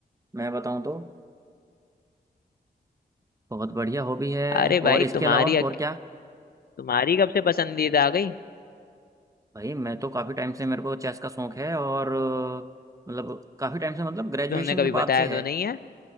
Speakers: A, on the right; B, on the left.
A: मैं बताऊं तो बहुत बढ़िया हॉबी है
B: अरे
A: और
B: भाई
A: इसके
B: तुम्हारी
A: अलावा
B: अक-
A: और क्या
B: तुम्हारी कब से पसंदीदा आ गई
A: भाई मैं तो काफ़ी टाइम से मेरे को चेस का शौक है और अ, मतलब काफ़ी टाइम से मतलब ग्रेजुएशन
B: तुमने कभी
A: के बाद
B: बताया
A: से है
B: तो नहीं है